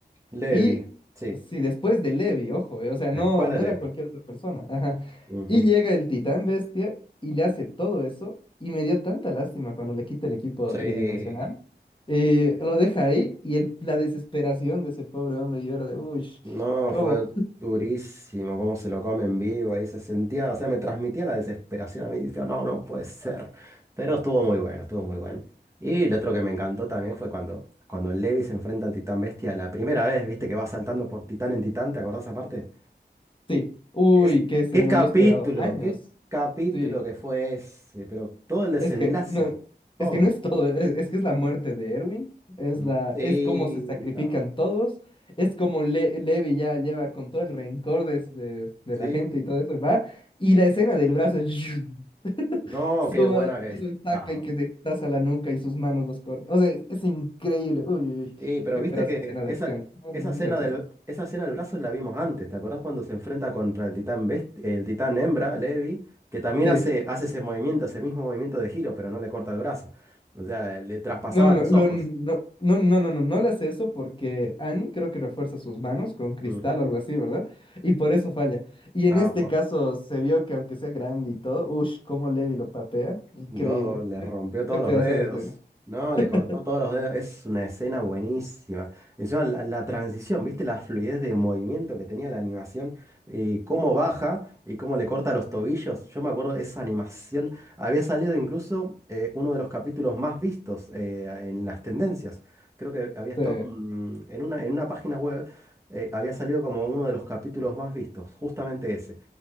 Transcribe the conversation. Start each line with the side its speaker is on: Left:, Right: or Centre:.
Right: Levi,
Left: Y
Right: sí.
Left: si después de Levi, ojo, eh, o sea, no,
Right: Después de
Left: no
Right: Levi.
Left: era cualquier otra persona. Ajá.
Right: Ujú.
Left: Y llega el titán bestia y le hace todo eso. Y me dio tanta lástima cuando le quita el equipo
Right: Sí.
Left: tridimensional. eh, lo deja ahí y el, la desesperación de ese pobre hombre y llora de, uy,
Right: No,
Left: ¿cómo?
Right: fue durísimo cómo se lo come en vivo, ahí se sentía, o sea, me transmitía la desesperación a mí, decía, no, no puede ser. Pero estuvo muy bueno, estuvo muy bueno. Y lo otro que me encantó también fue cuando, cuando Levi se enfrenta al Titán Bestia la primera vez, viste que va saltando por Titán en Titán, ¿te acordás aparte?
Left: Sí, uy,
Right: Es,
Left: qué escena,
Right: qué capítulo,
Left: yo he esperado años.
Right: qué capítulo
Left: sí
Right: que fue ese, pero todo el desenlace,
Left: Es que no,
Right: todo.
Left: es que no es todo, es, es que es la muerte de Erwin, es
Right: Mm.
Left: la,
Right: Sí,
Left: es cómo se
Right: no,
Left: sacrifican todos, es como Le- Levi ya lleva con todo el rencor de, de- de
Right: sí,
Left: la gente y todo eso, y va, y la escena del brazo <laughs>
Right: no,
Left: sumado,
Right: qué buena
Left: y
Right: que
Left: que
Right: está.
Left: lo saca y que destaza la nuca y sus manos los corta. O sea, es, es increíble. Uy, uy, uy.
Right: Sí, pero
Left: Qué
Right: viste
Left: pedazo
Right: que
Left: de escena de
Right: esa,
Left: acción. Uy,
Right: esa
Left: mucha
Right: escena
Left: acción.
Right: del, esa escena del brazo la vimos antes. ¿Te acordás cuando se enfrenta contra el titán best- el titán hembra, Levi? Que también
Left: Sí.
Right: hace, hace ese movimiento, ese mismo movimiento de giro, pero no le corta el brazo. O sea, le traspasaba
Left: No, no, no,
Right: los
Left: lo-
Right: ojos.
Left: no, no, no, no, no, no le hace eso porque Annie creo que refuerza sus manos con cristal
Right: Ujú.
Left: o algo así, ¿verdad? Y por eso falla. Y en
Right: Ah,
Left: este
Right: po.
Left: caso se vio que aunque sea grande y todo, uff, cómo Levi lo papea, increíble.
Right: Luego le rompió todos
Left: Qué pedazo
Right: los dedos.
Left: de escena.
Right: No,
Left: <laughs>
Right: le cortó todos los dedos. Es una escena buenísima. Encima, la, la transición, ¿viste? La fluidez de movimiento que tenía la animación. Y cómo baja y cómo le corta los tobillos. Yo me acuerdo de esa animación. Había salido incluso eh, uno de los capítulos más vistos eh, en las tendencias. Creo que había estado
Left: Sí.
Right: mm, en una, en una página web. eh, había salido como uno de los capítulos más vistos. Justamente ese.